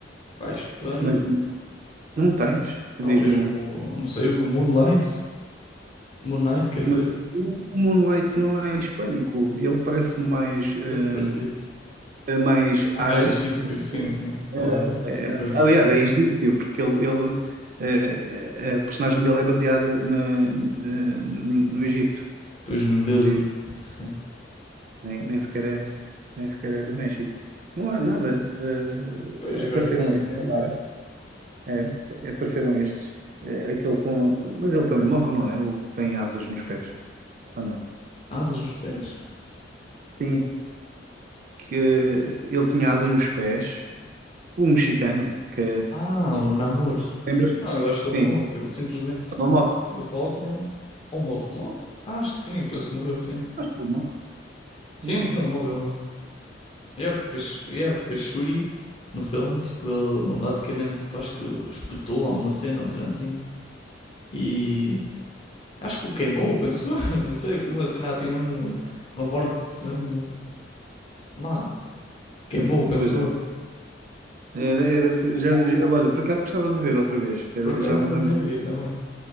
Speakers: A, on the left; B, on the right.
A: pá, hispânico,
B: mas não tens,
A: talvez
B: diz-me um.
A: o, não sei, o do Moonlight, Moonlight quer dizer.
B: Mas o Moonlight não é hispânico, ele parece mais,
A: Não
B: eh,
A: sei, parecia.
B: eh, mais árabe.
A: É mais egípcio,
B: do que-
A: sim, sim, talvez.
B: eh, eh,
A: Pois,
B: aliás, é egípcio, porque ele, ele, eh, eh, a personagem dele é baseada na, eh, no, no Egito,
A: pois nos deuses
B: por isso
A: do Egito, sim.
B: nem, nem sequer é, nem sequer é do México. Não há nada. eh,
A: Pois, agora
B: apareceram
A: recentemente,
B: esses agora. É, apareceram estes. É, aquele com. Mas ele também morre, não é? O que tem asas nos pés, ou não?
A: asas nos pés.
B: Sim, que ele tinha asas nos pés, o mexicano, que.
A: Ah, o Namor.
B: Lembras?
A: Não, eu acho que ele
B: Sim,
A: não morre. Ele simplesmente, tipo,
B: ele morre.
A: derrota-no ou morre. Morre? Ah, acho que sim, penso que morreu, sim.
B: Ele morre.
A: Sim,
B: Yeah,
A: sim, ele morre, ele morre. Yeah, porque, a Sh- yeah, porque a Shuri, no filme, tipo, ele basicamente, tipo, acho que espetou a uma cena, ou seja, assim. e Acho que o queimou, pensou? <laughs> Não sei, foi uma cena assim mesmo, uma morte mesmo má. Queimou, pensou?
B: Pois é. É, é, é, deve ser- já, já- olha, por acaso gostava de ver outra vez. Eu
A: Por acaso
B: já não me
A: ainda
B: lembro.
A: vi também.